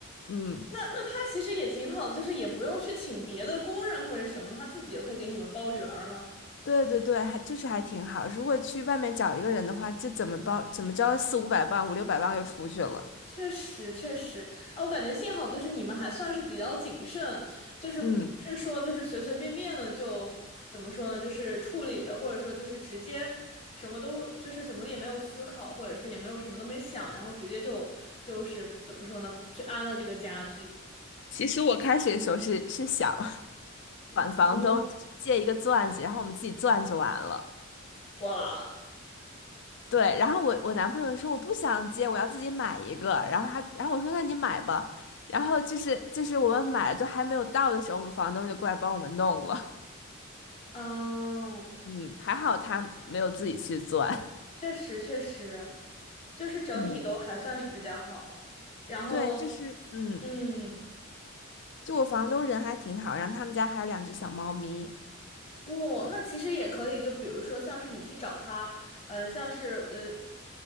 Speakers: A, on the left; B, on the left.
A: 嗯，
B: 那那他其实也挺好的就是也不用去请别的工人或者什么，他自己就可以给你们包圆儿了。
A: 对对对，还就是还挺好。如果去外面找一个人的话，就怎么包怎么着四五百磅、五六百磅就出去了。
B: 确实，确实啊，我感觉幸好就是你们还算是比较谨慎，就是嗯不是说就是随随便便的就怎么说呢，
A: 嗯，
B: 就是处理了，或者说就是直接什么都就是什么也没有思考，或者是也没有什么都没想，然后直接就就是怎么说呢，去安了这个家具。
A: 其实我开始的时候是是想 <laughs> 管房东，
B: 嗯，
A: 就是借一个钻子，然后我们自己钻就完了。
B: 哇，
A: 对，然后我我男朋友说我不想借，我要自己买一个。然后他，然后我说那你买吧。然后就是就是我们买了，就还没有到的时候，我们房东就过来帮我们弄了。<laughs>
B: 嗯，
A: 嗯，还好他没有自己去钻。
B: 确实确实，就是整体都还算是比较好，
A: <laughs> 嗯，
B: 然后
A: 对，就是嗯。
B: 嗯，
A: 就我房东人还挺好，然后他们家还有两只小猫咪，
B: 哦，那其实也可以，就比如说像是你去找他，呃，像是呃，